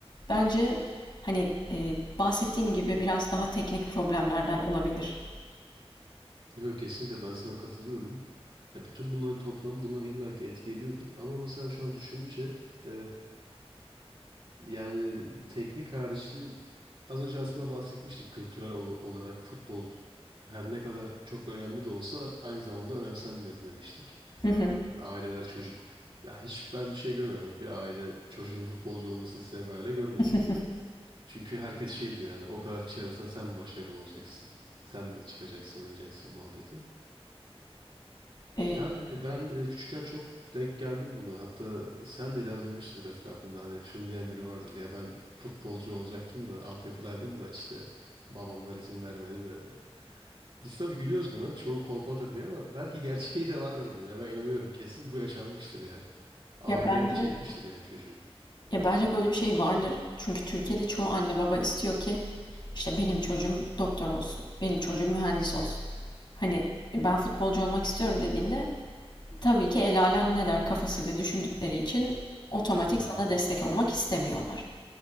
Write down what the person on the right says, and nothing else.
Yok kesinlikle ben sana katılıyorum. Ya bütün bunların toplamı buna illaki etki ediyordur. Ama mesela şu an düşününce e, Yani teknik harici az önce aslında bahsetmiştik kültürel ol- olarak futbol her ne kadar çok önemli de olsa aynı zamanda önemsenmiyor demiştik.
Hani aileler çocuk ya hiç ben bir şey görmedim. Hani bir aile çocuğunun futbolcu olmasını isteyen bir aile görmedim.
Çünkü herkes şey diyor yani o kadar kişi arasında sen başarılı olacaksın. Sen de çıkacaksın oynayacaksın muhabbeti.
Yani ben e, küçükken çok denk geldim buna. Hatta sen de illa duymuşsundur etrafında hani şunu diyen biri vardır. Ya ben futbolcu olacaktım da altyapıdaydım da işte babamlar izin vermedi de. Biz tabii gülüyoruz buna. Çoğu kolpadır diye ama belki gerçeği de vardır bu. Ya ben inanıyorum. Kesin bu yaşanmıştır ya. Aile
çekmiştir yani çocuğu.
Hı hı.